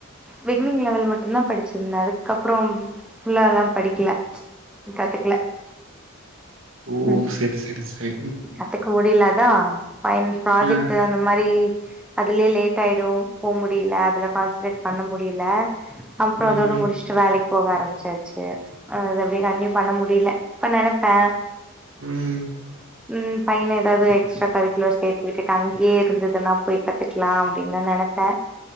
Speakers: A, in the centre; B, on the right.
A: பிகினிங் லெவல் மட்டு தான் படிச்சிருந்தே அதுக்கப்பறம் ஃபுல்லாதான் படிக்கல கத்துக்கல
B: ஓ
A: ம்
B: சேரி சேரி சேரி
A: கத்துக்க முடியலா அதா பைன் ப்ராஜெக்ட்
B: அ.
A: அந்த மாரி அதுலேயே லேட் ஆயிடு போக முடியல அதுல கான்சன்ட்ரேட் பண்ண முடியல அப்பறோ
B: ம்ஹ்ம்.
A: அதோடு முடிச்சு முடிச்சு வேலைக்கு போக ஆரம்பிச்சாச்சு அது அப்டியே கண்டியூ பண்ண முடியல இப்ப நெனைப்பே
B: ம்
A: ம் பையன் ஏதாவது எக்ஸ்ட்ரா கரிக்குலர் சேத்து விட்டுட்டு அங்கே இருந்ததுன்னா போய் கத்துக்கலா அப்டின்னு தா நெனப் ப்பேன்